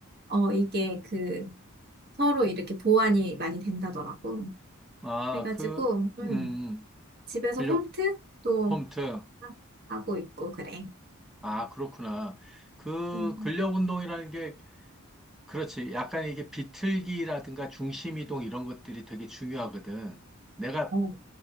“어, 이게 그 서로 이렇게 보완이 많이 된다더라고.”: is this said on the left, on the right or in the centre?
Right